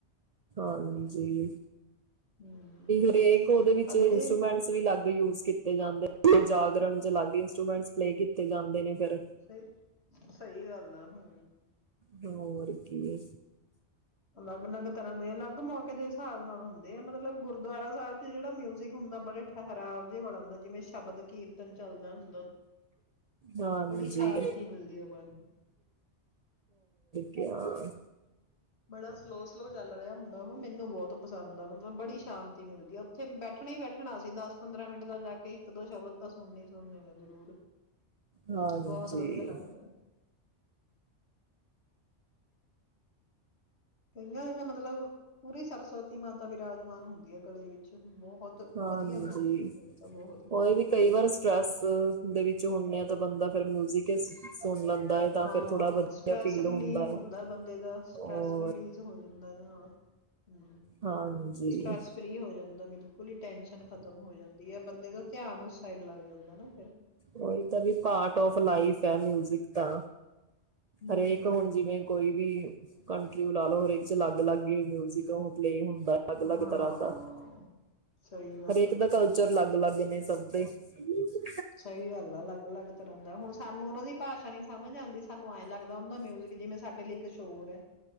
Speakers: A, on the right; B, on the left.
A: ਹਾਂਜੀ।
B: ਹਮ
A: ਹਰੇਕ ਉਹਦੇ ਵਿੱਚ
B: ਆ ਜਿਹੜੇ
A: ਇੰਸਟਰੂਮੈਂਟਸ ਵੀ ਅਲੱਗ ਯੂਜ ਤੇ ਜਾਂਦੇ ਜਾਗਰਣ ਚ ਅਲੱਗ ਇੰਸਟਰੂਮੈਂਟਸ ਪਲੇ ਕੀਤੇ ਜਾਂਦੇ ਨੇ ਫਿਰ।
B: ਸਹੀ ਸਹੀ ਗੱਲ ਆ ਹੂ।
A: ਤੇ ਹੋਰ ਕੀ।
B: ਅਲੱਗ। ਅਲੱਗ ਤਰ੍ਹਾਂ ਦੇ ਅਲੱਗ <unintelligible> ਕਦੇ ਹਿਸਾਬ ਨਾਲ ਹੁੰਦੇ ਆ ਮਤਲਬ। ਮਤਲਬ ਗੁਰਦੁਆਰਾ ਸਾਹਿਬ ਚ ਜਿਹੜਾ ਮਿਊਜਿਕ ਹੁੰਦਾ ਬੜੇ ਠਹਿਰਾਵ ਜੇ ਵਾਲਾ ਹੁੰਦਾ ਜਿਵੇ ਸ਼ਬਦ ਕੀਰਤਨ ਚੱਲਦਾ ਹੁੰਦਾ।
A: ਹਾਂਜੀ
B: ਬੜੀ ਸ਼ਾਂਤੀ ਮਿਲਦੀ ਆ ਮਨ ਨੂੰ।
A: ਤੇ ਹਾਂ।
B: ਬੜਾ ਸਲੋ- ਸਲੋ ਚੱਲ ਰਿਹਾ। ਹੁੰਦਾ ਹੋ ਮੈਨੂੰ ਬਹੁਤ ਪਸੰਦ ਆ ਮਤਲਬ ਬੜੀ ਸ਼ਾਂਤੀ ਮਿਲਦੀ ਆ ਉੱਥੇ ਬੈਠਣਾ ਹੀ ਬੈਠਣਾ ਸੀ ਦਸ ਪੰਦਰਾਂ ਮਿੰਟ ਦਾ ਜਾ ਕੇ ਇੱਕ ਦੋ ਸ਼ਬਦ ਤਾਂ ਸੁਣਨੇ ਸੁਣਨੇ ਜ਼ਰੂਰ।
A: ਹਾਂਜੀ
B: ਬਹੁਤ ਵਧੀਆ ਲੱਗਦਾ। ਕਈਆਂ ਦੇ ਤੇ ਮਤਲਬ ਪੂਰੀ ਸਰਸਵਤੀ ਤੇ ਮਾਤਾ ਵਿਰਾਜਮਾਨ ਹੁੰਦੀ ਹੈ ਗਲੇ ਵਿੱਚ। ਬਹੁਤ
A: ਹਾਂਜੀ,
B: ਵਧੀਆ ਗਾਉਂਦੇ ਨੇ ਕਈ ਤਾਂ ਬਹੁਤ ਵਧੀਆ
A: ਕੋਈ ਵੀ ਕਈ
B: ਲੋਕ
A: ਵਾਰ ਸਟਰ੍ਰੈਸ ਦੇ ਵਿੱਚ ਹੁੰਨੇ ਆ ਤਾਂ ਬੰਦਾ ਫਿਰ ਮਿਊਜਿਕ ਹੀ ਸੁਣ ਲੈਂਦਾ ਹੈ ਤਾਂ
B: ਹਾਂ
A: ਫਿਰ ਥੋੜਾ ਵਧੀਆ
B: ਸਟ੍ਰੈਸ
A: ਫੀਲ
B: ਰਿਲੀਫ
A: ਹੁੰਦਾ ਹੈ।
B: ਬੰਦੇ ਦਾ ਸਟ੍ਰੈਸ
A: <unintelligible>
B: ਰਿਲੀਜ਼ ਹੋ ਜੰਦਾ ਹੈ ਨਾ ਹ
A: ਹਾਂਜੀ
B: ਸਟਰ੍ਰੈਸ ਫ੍ਰਰੀ ਹੋ ਜਾਂਦਾ ਬਿਲਕੁਲ। ਫੁਲੀ ਟੈਨਸ਼ਨ ਖ਼ਤਮ ਹੋ ਜਾਂਦੀ ਹੈ ਬੰਦੇ ਦਾ ਧਿਆਨ ਉਸ ਸਾਈਡ ਲੱਗ ਜਾਂਦਾ ਨਾ ਫਿਰ।
A: ਉਹੀ ਤਾਂ ਵੀ ਪਾਰਟ ਆਫ ਲਾਈਫ ਆ ਮਿਊਜਿਕ ਤਾ
B: ਹਮ
A: ਹਰੇਕ ਨੂੰ ਹੁਣ ਜਿਵੇਂ ਕੋਈ ਵੀ ਕਣਕੀ <unintelligible> ਲਾਲੋ ਰਹੇਗੀ। ਅਲੱਗ ਅਲੱਗ ਮਿਊਜਿਕ ਉਹ ਪਲੇ ਹੁੰਦਾ, ਅਲੱਗ ਅਲੱਗ
B: ਹਾਂ
A: ਤਰ੍ਹਾਂ ਦਾ
B: ਸਹੀ ਗੱਲ
A: ਹਰੇਕ
B: ਆ
A: ਦਾ ਕਲਚਰ ਅਲੱਗ ਅਲੱਗ ਨੇ ਸਭ ਦੇ <unintelligible>
B: ਸਹੀ ਗੱਲ ਅਲੱਗ ਅਲੱਗ ਤਰ੍ਹਾਂ ਦਾ ਹੁਣ ਸਾਨੂੰ ਉਹਨਾਂ ਦੀ ਭਾਸ਼ਾ ਨੀ ਸਮਝ ਆਉਂਦੀ, ਸਾਨੂੰ ਐਂ ਲੱਗਦਾ ਹੁੰਦਾ ਮਿਊਜਿਕ ਜਿਵੇਂ ਸਾਡੇ ਇਕ ਸ਼ੋਰ ਹੈ।